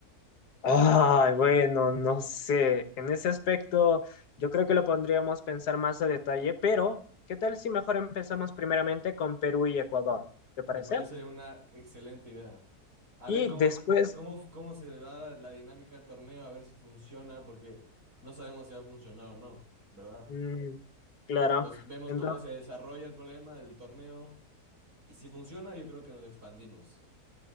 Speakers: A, on the left (about 80°); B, on the right (about 80°).
A: Ay, bueno, no sé. En ese aspecto, yo creo que lo podríamos pensar más a detalle, pero ¿qué tal si mejor empezamos primeramente con Perú y Ecuador? ¿Te parece?
B: Me parece una excelente idea. A
A: Y
B: ver cómo,
A: después,
B: cómo, cómo se da la, la dinámica del torneo, a ver si funciona, porque no sabemos si va a funcionar o no, ¿verdad?
A: Mm, claro.
B: Entonces vemos
A: Entonces,
B: cómo se desarrolla el problema del torneo y si funciona, yo creo que nos expandimos.